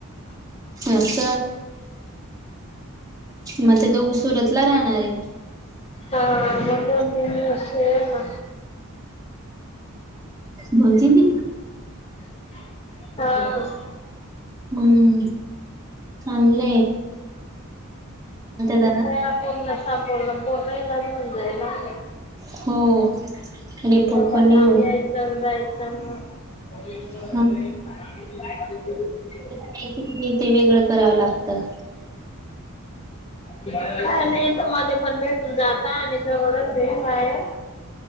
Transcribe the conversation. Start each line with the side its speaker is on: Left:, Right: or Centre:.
Left: ह.
Right: अस मग ते दोघ सुरतला राहणार आहे.
Left: हा मठ दि ना.
Right: बोलतीती.
Left: हा.
Right: हम्म चगलेय. दादा
Left: का पनण सापूर्ण पर्णई लाजऊन जाईला आहे.
Right: हो. रिपोर्ट
Left: एवढं
Right: पण निघून
Left: लाभ यायचं जायचं मग <unintelligible>
Right: हा नाही कीी ते वेगळं करावं लागतं.
Left: काय नाही तर मध्ये पण भेटून जाता आणि जवळच आहे बाहेर